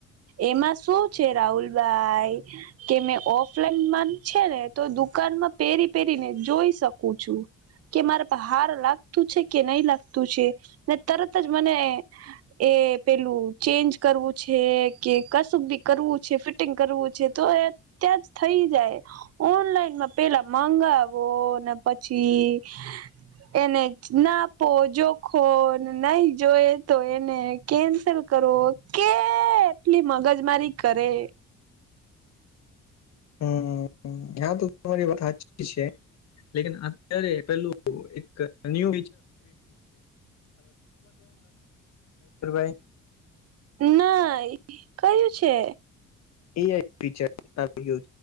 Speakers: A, on the right; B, on the left.
A: એમાં શું છે રાહુલભાઈ કે મેં ઓફલાઈન મા છે ને તો દુકાનમાં પહેરી પહેરીને જોઈ શકું છું. કે મારે હાર લાગતું છે કે નહી લાગ તું છે તરત જ મને એ પેલું ચેન્જ કરવું છે. કે કશું બી કરવું છે ફિટિંગ કરવું છે તો એ અત્યાં જ થઈ જાય. ઓનલાઈનમાં પેલા મગાવો ને પછી એને નાપો જોખો નહી જોય તો એને કેન્સલ કરો કેટલી મગજ મારી કરે
B: હમ હા તો તમારી વાત સાચી છે. <unintelligible> અત પેલું નય <unintelligible> <unintelligible>
A: ના કયું છે?
B: એઆઈ